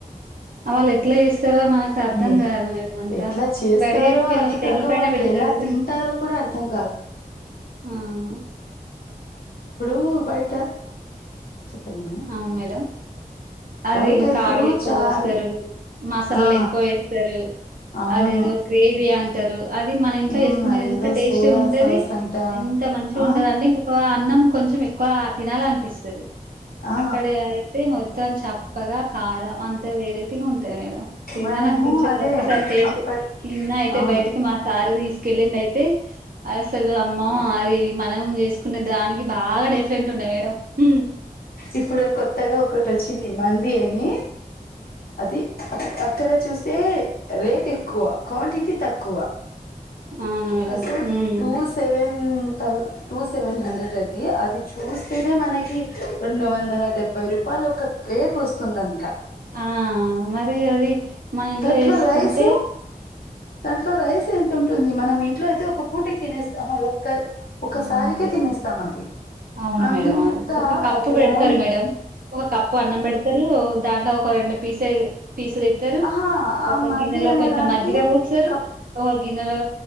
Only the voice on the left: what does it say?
ఏ
ఎట్లా చేస్తారో
అది
కాక
వాళ్ళు
ఎలా తింటారో కూడా అర్థం కాదు
ఇప్పుడూ బయట చెప్పండి మేడం
బయట
ఇప్పుడు
చాల్
ఆ
అవును
హ్మ్
అదేదో
సోయా
సాస్ అంట
ఆ
ఆ
మనము
అదే
అప్పట్
అవును
ఇప్పుడు కొత్తగా ఒకటి వచ్చింది మంది అని అది అక్కడ చూస్తే స్తే రేట్ ఎక్కువ క్వాంటిటీ తక్కువ
అసల్
టూ సెవెన్ థౌ టూ సెవెన్ హండ్రెడ్ అది అది చూస్తేనే మనకి రెండు వందల డెబ్బై రూపాయ యాలు ఒక ప్లేట్ వస్తుందంట
దాంట్లో
రైసు దాంట్లో రైస్ ఎంత ఉంటుంది మనం ఇంట్లో అయితే ఒక పూటక్ తినేస్తాం ఆహా ఒకల్ ఒకసారికే
తినేస్తాం అది
అంతా
పతలాగ్
ఆహా ఆ
మంది
అనే
దానికి
కప్